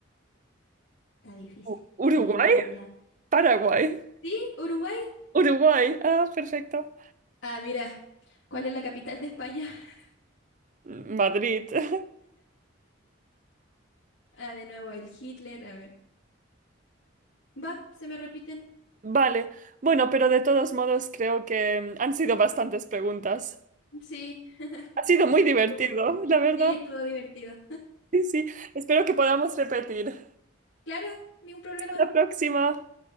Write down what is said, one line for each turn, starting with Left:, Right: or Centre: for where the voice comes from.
Left: Está difícil.
Right: U- ¿Uruguay?
Left: Yo no tengo idea.
Right: Paraguay.
Left: ¿Sí? ¿Uruguay?
Right: Uruguay. Ah, perfecto.
Left: Ah, mira, ¿cuál es la capital de España? <laughs>
Right: Mm, Madrid. <laughs>
Left: Ah, de nuevo, el Hitler. A ver. Va, se me repiten.
Right: Vale, bueno, pero de todos modos creo que mm, han sido bastantes preguntas.
Left: Sí,
Right: Ha sido muy divertido,
Left: estuvo.
Right: la verdad.
Left: Sí, estuvo divertido.
Right: Sí, sí. Espero que podamos repetir.
Left: Claro, ningún problema.
Right: Hasta la próxima.